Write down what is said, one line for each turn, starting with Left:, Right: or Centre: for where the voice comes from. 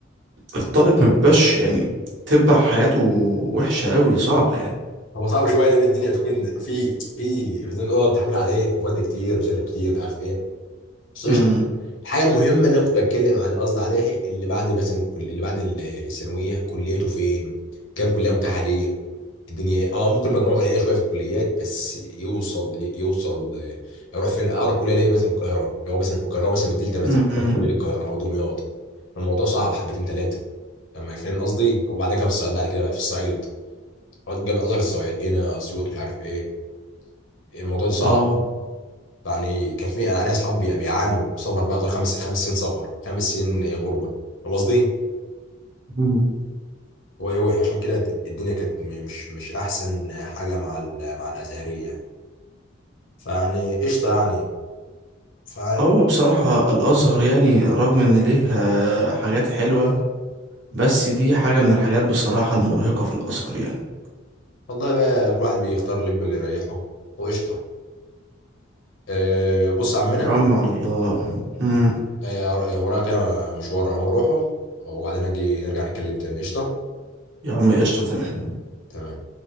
Right: الطالب ما بيبقاش يعني تبقى حياته وحشة قوي صعبة يعني
Left: هو صعب شويه لان الدنيا بتكون في في زي ما بنقول تحميل عليه مواد كتير مذاكره كتير مش عارف ايه بس
Right: امم
Left: قشطه الحاجه المهمه اللي انا كنت بتكلم على قصدي عليها اللي بعد مثلا الكل... اللي بعد الثانويه كلياته فين كام كليه متاحه ليه الدنيا إيه؟ اه ممكن مجموعه قليله شويه في الكليات بس يوصل يوصل آه، يروح فين اقرب كليه ليه مثلا القاهره لو هو مثلا في القاهره هو مثلا من الدلتا مثلا
Right: امم
Left: اقرب كليه للقاهره او دمياط فالموضوع صعب حبتين ثلاثه فاهم فاهم قصدي وبعد كده في الصعيد بعد كده بقى في الصعيد جاب ازهر الصعيد هنا اسيوط مش عارف ايه الموضوع ده صعب
Right: اه
Left: يعني كان في انا عليها اصحاب بي- بيعانوا سفر بقى خمس خمس سنين سفر خمس سنين غربه هو قصدي
Right: مم.
Left: هو هو عشان كده الدنيا كانت م- مش مش احسن حاجه مع ال- مع الازهريه فيعني قشطه يعني ف
Right: هو بصراحة الأزهر يعني رغم إن ليه آه، حاجات حلوة بس دي حاجة من الحاجات بصراحة المرهقة في الأزهر يعني
Left: والله بقى كل واحد بيختار لابنه اللي يريحه وقشطه أه بص يا عمنا
Right: يا عم على الله مم.
Left: أه وراك مشوار هم اروحه وبعدين اجي نرجع نتكلم تاني قشطه
Right: يا عم قشطة تمام
Left: تمام